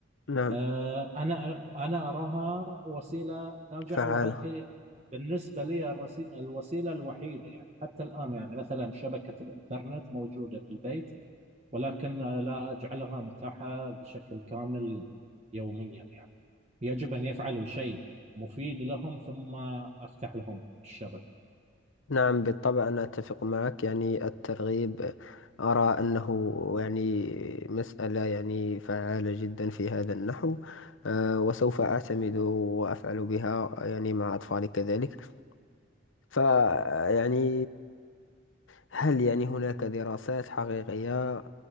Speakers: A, on the left; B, on the right.
A: نعم
B: آه، انا انا اراها وسيله ناجعه
A: فعالة
B: وهذه بالنسبه لي الرسي- الوسيله الوحيده يعني حتى الان يعني مثلا شبكه الانترنت موجوده في البيت ولكن لا أجعلها متاحة بشكل كامل يوميا يعني يجب أن يفعلوا شيء مفيد لهم ثم أفتح لهم الشبكة
A: نعم بالطبع أنا أتفق معك يعني الترغيب أرى أنه يعني مسألة يعني فعالة جدا في هذا النحو آه، وسوف أعتمد وأفعل بها يعني مع أطفالي كذلك فيعني هل يعني هناك دراسات حقيقية